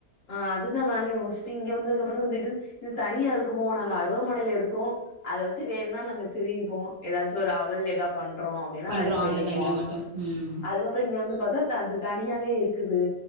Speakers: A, on the left (about 55°); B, on the right (about 55°).
A: ஆ அதுதா நானு யோஸ்ட்டு இங்க வந்ததுகப்பறந்தா தெரிது இது தனியா இருக்குமோ நாங்க அருவாமனேல இருக்கோ அத வச்சு வேனுனா நாங்க திருவிப்போ எதாச்சு ஒரு அவல் எதா பண்றோ அப்டினா
B: பண்றோ
A: அதுக்கு திரிவிப்போ
B: அந்த டைம்ல மட்டு ம்
A: அதுக்கப் அப்பறோ இங்க வந்து பாத்தா த அது தனியாவே இருக்குது